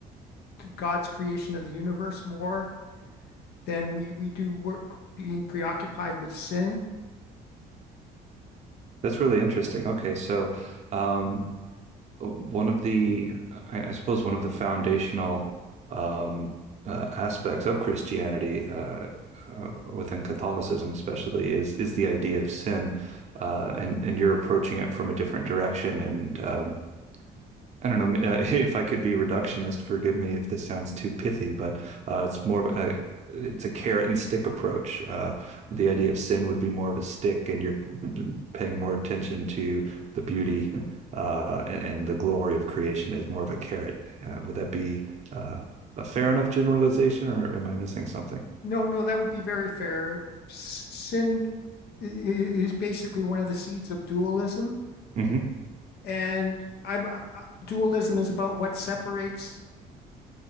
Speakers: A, on the left (about 70°); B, on the right (about 40°).
A: God's creation of the universe more than we we do work being preoccupied with sin.
B: That's really interesting. Okay, so um, uh, one of the, I I suppose, one of the foundational um, uh, aspects of Christianity uh, uh, within Catholicism, especially, is is the idea of sin, uh, and and you're approaching it from a different direction, and um, I don't know uh, <laughs> if I could be reductionist. Forgive me if this sounds too pithy, but uh, it's more of a it's a carrot and stick approach. Uh, the idea of sin would be more of a stick, and you're paying more attention to the beauty uh, and, and the glory of creation as more of a carrot. Uh, would that be uh, a fair enough generalization, or am I missing something?
A: No, no, that would be very fair. Sin is basically one of the seeds of dualism,
B: hmm
A: and I'm I- dualism is about what separates